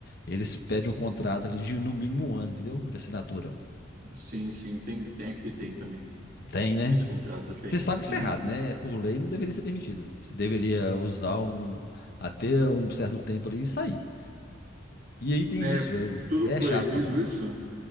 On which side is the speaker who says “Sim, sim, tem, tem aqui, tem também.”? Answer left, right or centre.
Right